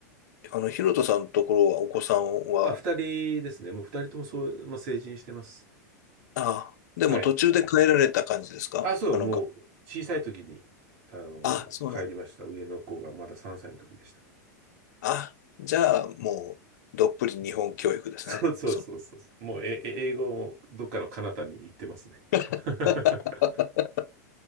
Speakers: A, on the left; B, on the right.
A: あの、ヒロトさんのところはお子さんは、
B: あ、二人ですね。もう二人ともそう、まあ、成人してます。
A: ああ、でも途中で帰られた感じですかあの、
B: はい。あ、そう、もう小さい時に、
A: が
B: あの、
A: あ、そうなん
B: 帰りました。上の子がまだ3歳の時でした。
A: あ、じゃあもう、どっぷり日本教育ですね。
B: そうそうそうそう。
A: そう。
B: もう、え、え英語もどっかの彼方に行ってますね。
A: <laughs>
B: <laughs>